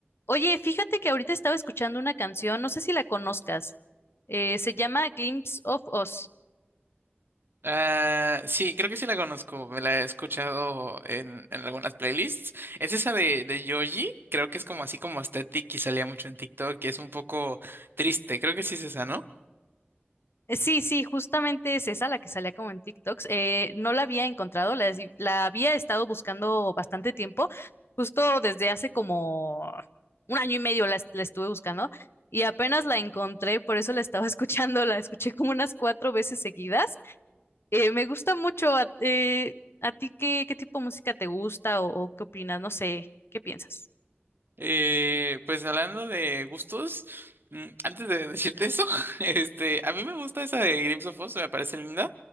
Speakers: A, on the left (about 80°); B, on the right (about 60°).
A: Oye, fíjate que ahorita estaba escuchando una canción, no sé si la conozcas. eh, se llama Glimpse of Us.
B: Ah, sí, creo que sí la conozco. Me la he escuchado en, en algunas playlists. Es esa de, de Yoji. Creo que es como así como aesthetic y salía mucho en TikTok y es un poco triste. Creo que sí es esa, ¿no?
A: Eh, sí, sí, justamente es esa la que salía como en TikToks. eh, no la había encontrado, la, es- la había estado buscando bastante tiempo, justo desde hace como un año y medio la, est- la estuve buscando y apenas la encontré, por eso la estaba <laughs> escuchando, la escuché como unas cuatro veces seguidas. Eh, me gusta mucho. ¿A, eh, ¿a ti qué, qué tipo de música te gusta o o qué opinas? No sé, ¿qué piensas?
B: Eh, pues hablando de gustos, mm, antes de decirte eso, <laughs> este, a mí me gusta esa de Grips of Oz, me parece linda,